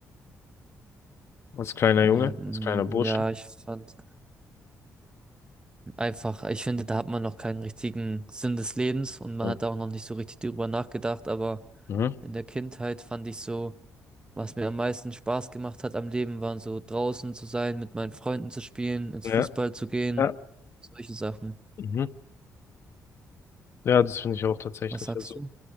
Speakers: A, on the left (about 50°); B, on the right (about 15°).
A: als kleiner
B: Ähm,
A: Junge, als kleiner Bursche?
B: ja, ich fand Einfach, ich finde, da hat man noch keinen richtigen Sinn des Lebens und man
A: Ja.
B: hat da auch noch nicht so richtig drüber nachgedacht, aber
A: Mhm.
B: in der Kindheit fand ich so, was mir am meisten Spaß gemacht hat am Leben, waren so draußen zu sein, mit meinen Freunden zu spielen, ins
A: Ja,
B: Fußball zu gehen,
A: ja.
B: solche Sachen.
A: Mhm. Ja, das finde ich auch tatsächlich.
B: Was sagst
A: Also,
B: du?